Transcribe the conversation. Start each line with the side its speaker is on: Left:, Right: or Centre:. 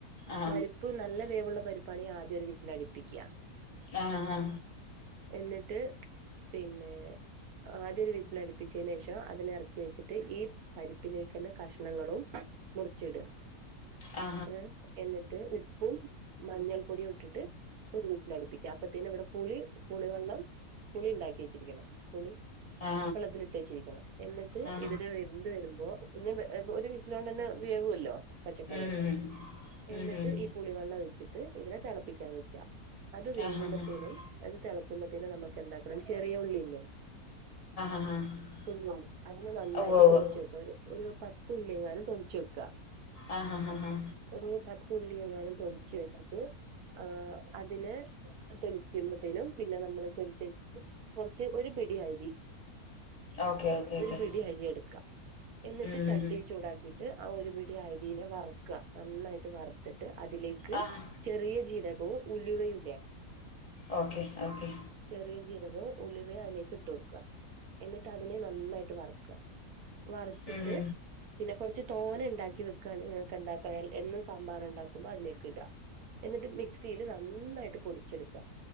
Left: ആ
Right: പരിപ്പ് നല്ല വേവ്ള്ള പരിപ് പണി ആദ്യോരു വിസിലടിപ്പിക്ക
Left: ആ ആ
Right: എന്നിട്ട് പിന്നെ ആദ്യൊരു വിസിലട്പ്പിച്ചേനേഷം അത്ണ്ട് എറക്കി വെച്ച്ട്ട് ഈ പരിപ്പിലേക്കെന്നെ കഷ്ണങ്ങളും മുറിച്ച്ട
Left: ആ ആ
Right: ഏ എന്ന്ട്ട് ഉപ്പും മഞ്ഞൾ പൊടിയും ഇട്ട്ട്ട് ഒരു വിസിലടിപ്പിക്ക അപ്പത്തേന് വടെ പുളി പുളിവള്ളം പുളിണ്ടാക്കി വെച്ചിരിക്കണം പുളി
Left: ആ ആ
Right: വെള്ളത്തില്ട്ട്വെച്ചിരിക്കണം എന്ന്ട്ട്
Left: ആ ആ
Right: ഇതിനെ വെന്ത് വെരുമ്പോ <unintelligible> ഒരു വിസിലോണ്ടെന്നെ വേവല്ലോ പച്ചക്കറിയല്ലേ
Left: ഉം ഉം
Right: എന്നിട്ട്
Left: ഉം ഉം
Right: ഈ പുളിവെള്ളം ഒഴിച്ച്ട്ട് ഇതിനെ തെളപ്പിക്കാൻ വെക്ക അത് വേകുമ്പത്തേനും
Left: ആ ആ
Right: അത് തെളയ്ക്കുമ്പത്തേന് നമ്മക്ക് എന്താക്കണം ചെറിയ ഉള്ളില്ലേ
Left: ആ ആ ആ
Right: കുഞ്ഞുള്ളി അതിനെ നന്നായിട്ട്
Left: ഉവ്വ് ഉവ്വ്
Right: തൊലിച്ചു വെക്ക ഒരു ഒരു പത്തുള്ളിയെങ്ങാനും തൊലിച്ച് വെക്ക
Left: ആ ഹാ ഹാ ഹാ
Right: ഒരു പത്തുള്ളി എങ്ങാനും തൊലിച്ച് വെച്ചിട്ട് ആ അതിനെ തൊലിക്കുമ്പത്തേനും പിന്നെ നമ്മള് തൊലിച്ചത് കൊർച്ച് ഒരു പിടി അരി
Left: ഓക്കെ ഓക്കെ
Right: ഒരു
Left: ഓക്കെ
Right: പിടി അരി എട്ക്കാ എന്നിട്ട്
Left: ഉം
Right: ചട്ടി ചൂടാക്കി ആ ഒരു പിടി അരിനെ വർക്ക നന്നായിട്ട് വർത്ത്ട്ട് അതിലേക്ക്
Left: ആഹ്
Right: ചെറിയ ജീരകവും ഉലുവയു ല്ലേ
Left: ഓക്കെ ഓക്കെ
Right: ചെറിയ ജീരകവും ഉലുവേ അയ്ലേക്ക്ട്ട് കൊട്ക്ക എന്നിട്ട് അതിനെ നന്നായിട്ട് വർക്ക വർത്ത്ട്ട്
Left: ഉം
Right: പിന്നെ കൊർച്ച് തോനെണ്ടാക്കി വെക്കാണെങ്കി ങ്ങക്കെന്താക്കാ എന്നും സാമ്പാർണ്ടാക്കുമ്പോ അതിലേക്ക് ഇട എന്നിട്ട് മിക്സില് നന്നായിട്ട് പൊടിച്ചെട്ക്ക